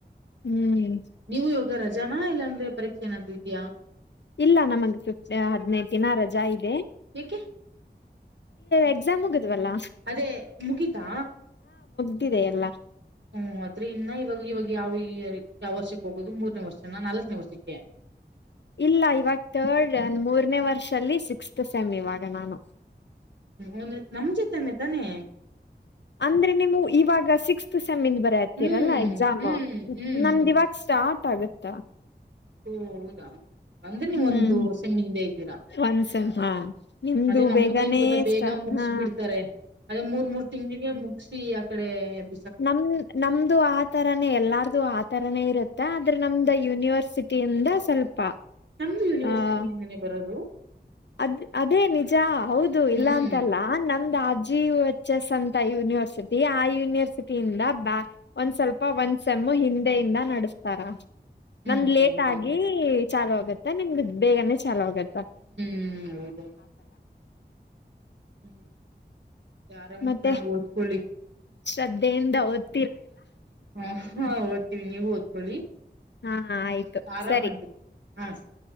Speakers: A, on the left; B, on the right.
A: ಹ್ಮ್
B: ನೀವು ಈಗ ರಜನ ಇಲ್ಲ ಅಂದ್ರೆ ಪರೀಕ್ಷೆ ಏನಾದ್ರೂ ಇದ್ಯಾಾ
A: ಇಲ್ಲ ನಮಗ್ ಹದಿನೈದು ದಿನ ರಜಾ ಇದೆ
B: ಯಾಕೆ
A: ಎಕ್ಸಾಮ್ ಮುಗಿದ್ವಲ್ಲ
B: ಅದೇ ಮುಗೀತಾ
A: ಮುಗಿದಿದೆ ಎಲ್ಲಾ
B: ಹ್ಮ ಆದ್ರೆ ಇನ್ನ ಇವಾಗ ಇವಾಗ ಯಾವ ಯಾವ ವರ್ಷಕ್ಕೆ ಹೋಗೋದು ಮೂರನೇ ವರ್ಷನ್ನ ನಾಲ್ಕನೇ ವರ್ಷಕ್ಕೆ
A: ಇಲ್ಲ ಇವಾಗ ತರ್ಡ್ ಮೂರನೇ ವರ್ಷಲ್ಲಿ ಸಿಕ್ಸ್ತ್ ಸೆಮ್ ಇವಾಗ ನಾನು
B: ಹ್ಮ ಒಂದು ನಮ ಜೊತನೆೆ ತಾನೆ
A: ಅಂದ್ರೆ ನೀವು ಇವಾಗ ಸಿಕ್ಸ್ತ್ ಸಿಕ್ಸ್ತ್ ಸೆಂ ಗೆ ಬರೆತ್ತಿರಲ್ಲ
B: ಹ್ಮ್
A: ಎಕ್ಸಾಮ್
B: ಹ್ಮ್ ಹ್ಮ್ ಹ್ಮ್
A: ನಮ್ದ ಇವಾಗ ಸ್ಟಾರ್ಟ್ ಗೊತ್ತಾಗುತ್ತಾ
B: ಓ ಹೌದಾ ಅಂದ್ರೆ ನೀವೊಂದುಸೆಮ್ಮ
A: ಹ್ಮ್
B: ಹಿಂದೆ ಇದ್ದೀರಾ
A: ಒಂದ್ ಸೆಮ್ ಹಾ ನಿಮ್ದು
B: ಅದೇ ನಮ್ದ
A: ಬೇಗನೆ
B: ಏನ್ ಗೊತ್ತಾ ಬೇಗ
A: ಸ್ಟಾ
B: ಮುಗಸ್
A: ಹಾ
B: ಬಿಡ್ತಾರೆ ಅದೇ ಮೂರ್ ಮೂರ್ ತಿಂಗಳಿಗೆ ಮುಗಸಿ ಯಾ <inaudible>
A: ನಮ ನಮ್ದು ಆತರಾನೇ ಎಲ್ಲಾರ್ದು ಆ ತರಾನೇ ಇರುತ್ತೆ ಆದ್ರೆ ನಮ್ದ ಯೂನಿವರ್ಸಿಟಿಯಿಂದ ಸ್ವಲ್ಪ
B: ನಮ್ದು ಯೂನಿವರ್ಸಿಟಿಯಿಂದನೇ
A: ಆ
B: ಬರೋದು
A: ಅದ್ ಅದೇ ನಿಜ ಹೌದು ಇಲ್ಲ
B: ಹ್ಮ್
A: ಅಂತಲ್ಲ ನಮ್ದ ಅ ಜಿ ಯು ಎಚ್ ಎಸ್ ಅಂತ ಯೂನಿವರ್ಸಿಟಿ ಆ ಯೂನಿವರ್ಸಿಟಿಯಿಂದ ಬ ಒಂದ್ ಸ್ವಲ್ಪ ಒಂದ್ಸ ಎಮ ಹಿಂದೆಯಿಂದ ನಡೆಸ್ತಾರ
B: ಹಾ
A: ನಮ್
B: ಹೌದಾ
A: ಲೇಟ್ ಆಗಿ ಚಾಲು ಆಗುತ್ತೆ ನಿಮ್ದು ಬೇಗ ಚಾಲೂ ಆಗತ್ತಾ
B: ಹ್ಮ್ ಹೌದ ಹ್ಮ್್ಮ ಆರಾಮ
A: ಮತ್ತೆ
B: ಚೆನ್ನಾಗ್ ಓದ್ಕೊಳ್ಳಿ
A: ಶ್ರದ್ಧೆಯಿಂದ ಓದಿ
B: ಹ ಹಾ ಓಡ್ತೀವಿ ನೀವು ಓದ್ಕೊಳ್ಳಿ
A: ಹಾ ಆಯ್ತು
B: ಆರಾಮಾಗಿ
A: ಸರಿ
B: ಹಾ ಸರಿ